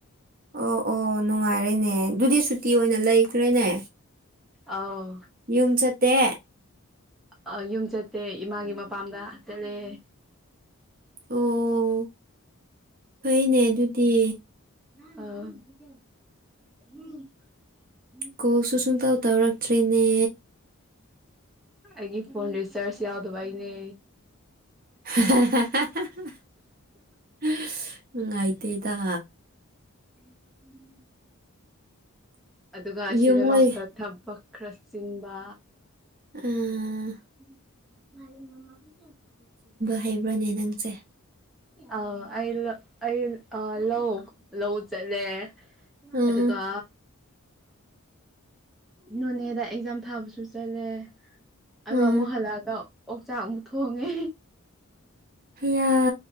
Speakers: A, on the right; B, in the centre.
A: ꯑꯣ ꯑꯣ ꯅꯨꯡꯉꯥꯏꯔꯦꯅꯦ ꯑꯗꯨꯗꯤ ꯁꯨꯇꯤ ꯑꯣꯏꯅ ꯂꯩꯈ꯭ꯔꯦꯅꯦ
B: ꯑꯥꯎ
A: ꯌꯨꯝ ꯆꯠꯇꯦ
B: ꯑ ꯌꯨꯝ ꯆꯠꯇꯦ ꯏꯃꯥꯒꯤ ꯃꯄꯥꯝꯗ ꯆꯠꯂꯦ
A: ꯑꯣ ꯐꯩꯅꯦ ꯑꯗꯨꯗꯤ
B: ꯑꯥ
A: ꯀꯣꯜꯁꯨ ꯁꯨꯡꯇꯧ ꯇꯧꯔꯛꯇ꯭ꯔꯦꯅꯦ
B: ꯑꯩꯒꯤ ꯐꯣꯟ ꯔꯤꯆꯥꯔꯖ ꯌꯥꯎꯗꯕꯩꯅꯦ
A: <unintelligible> ꯅꯨꯡꯉꯥꯏꯇꯦꯗꯥ
B: <inaudible> ꯑꯗꯨꯒ ꯑꯁꯤꯗ
A: ꯌꯨꯝ ꯍꯣꯏ
B: ꯂꯥꯛꯄ ꯊꯕꯛ ꯈꯔ ꯆꯤꯟꯕ
A: ꯑꯥ
B: <unintelligible>
A: ꯍꯩꯕ꯭ꯔꯥꯅꯦ ꯅꯪꯆꯦ
B: ꯑ ꯑꯩ ꯂ ꯑꯩ ꯑꯥ ꯂꯧ ꯂꯧ ꯆꯠꯂꯦ
A: ꯑꯥ
B: ꯑꯗꯨꯒ ꯅꯣꯅꯦꯗ ꯑꯦꯛꯖꯥꯝ ꯊꯥꯕꯁꯨ ꯆꯠꯂꯦ ꯑ
A: ꯑꯥ
B: ꯑꯃꯨꯛ ꯍꯜꯂꯛꯑꯒ ꯑꯣꯛꯆꯥꯛ ꯑꯃꯨꯛ ꯊꯣꯡꯉꯦ
A: ꯍꯌꯥ